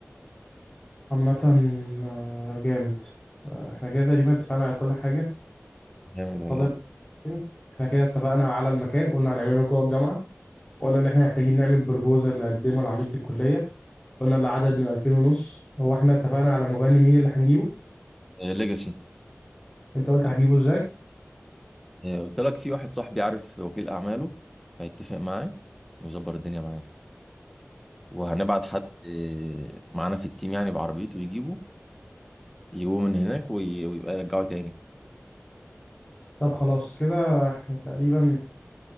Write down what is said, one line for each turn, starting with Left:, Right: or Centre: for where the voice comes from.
Left: عامة آه، جامد آه، احنا كده تقريبا اتفقنا على كل حاجة
Centre: جامد والله
Left: فاضل تاني احنا كده اتفقنا على المكان قلنا هنعمله جوه الجامعة قلنا ان احنا محتاجين نعمل بروبوزال نقدمه لعميدة الكلية قلنا العدد من 2000 ونص هو احنا اتفقنا على مغني مين اللي هنجيبه
Centre: ليجاسي
Left: انت قلت هجيبه ازاي
Centre: آه، قلت لك في واحد صاحبي عارف وكيل أعماله هيتفق معاه ويظبط الدنيا معاه وهنبعت حد آه، معانا في التيم يعني بعربيته يجيبه يجيبوه من هناك وي- ويبقى يرجعه تاني
Left: طب خلاص كده احنا تقريبا